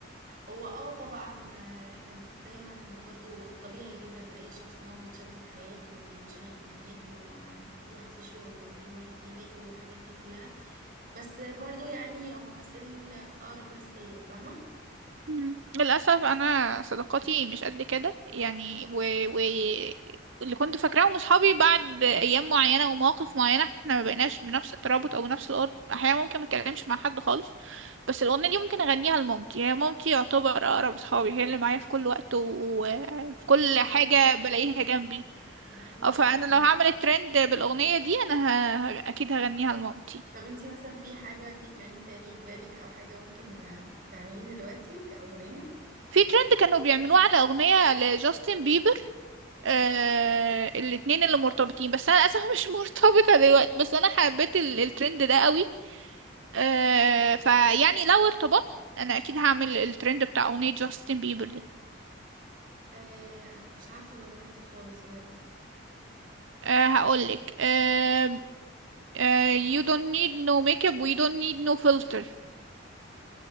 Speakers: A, on the right; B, on the right.
A: هو اه طبعا احنا دايما برضو طبيعي جدا لأي شخص ان هو بيتشغل في حياته وبيتشغل في دنيته وكل واحد ليه شغل وكل واحد ليه بيته والحاجات دي كلها بس برضو يعني هم still أقرب ناس ليا فاهمة؟
B: مم. للأسف أنا صداقاتي مش قد كده يعني و... و... اللي كنت فاكراه من صحابي بعد أيام معينة ومواقف معينة احنا ما بقيناش بنفس الترابط أو نفس الأرض أحيانا ممكن ما أتكلمش مع حد خالص بس الأغنية دي ممكن أغنيها لمامتي هي مامتي يعتبر أقرب صحابي هي اللي معايا في كل وقت و- وفي
A: طب
B: كل
A: ده
B: حاجة
A: حلو
B: بلاقيها
A: جدا
B: جنبي
A: ده حلو
B: أو
A: جدا
B: فأنا لو هعمل الترند بالأغنية دي أنا ه... ه- أكيد هغنيها لمامتي
A: طب انتي مثلا في حاجة في ترند تاني في بالك او حاجة ممكن آه، تعمليه دلوقتي كأغنية
B: في ترند كانوا بيعملوه على أغنية لجاستن بيبر آه الاتنين اللي مرتبطين بس انا للاسف مش <laughs> مرتبطة دلوقتي بس انا حبيت ال- الترند ده قوي آه فيعني لو ارتبطت انا اكيد هعمل الترند بتاع اغنية جاستن بيبر ده
A: آه انا مش عارفه الاغنيه دي خالص بجد
B: آه هقولك آه آه you don't need no makeup we don't need no filter